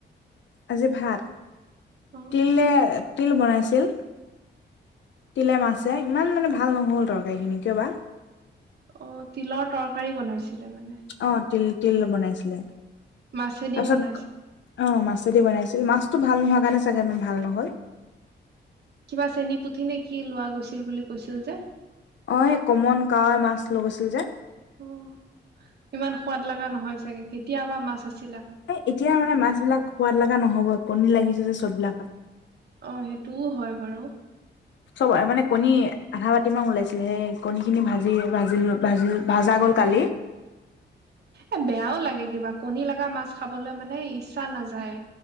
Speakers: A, on the left; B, on the right.
A: আজি ভাত,
B: অ
A: তিলে। তিল বনাইছিল। তিলে -মাছে ইমান মানে ভাল নহ'ল তৰকাৰি খিনি কিয় বা?
B: অ', তিলৰ তৰকাৰী বনাইছে। ছিলে মানে।
A: অ তিল তিল বনাইছিলে।
B: মাছেদি
A: তাৰপিছত
B: বনাইছিল
A: অ, মাছেদি বনাইছিল মাছ। ভাল নোহোৱা কাৰণে চাগে মা -ভাল নহল।
B: কিবা চেনী, পুঠি নে কি লোৱা গৈছিল বুলি কৈছিল যে?
A: অ', সেই কমন কাৱৈ মাছ লৈ গৈছিল যে?
B: অহ। ইমান সোৱাদ লাগা নহয় চাগে, কেতিয়াবা মাছ আছি।
A: এ এতিয়া মানে মাছ বিলাক সোৱাদ লাগা ন'হবই, কণী লাগিছে যে চব বিলাকত।
B: অ', সেইটোও হয় বাৰু।
A: চব মানে কণী আধা বাতি মান ওলাইছিলে, সেই কণীখিনি ভাজি ভাজিলো। ভাজি ভাজা গ'ল কালি।
B: এ বেয়াও লাগে কিবা, কণী লাগা মাছ খাবলৈ মানে ইচ্ছা নাযায়।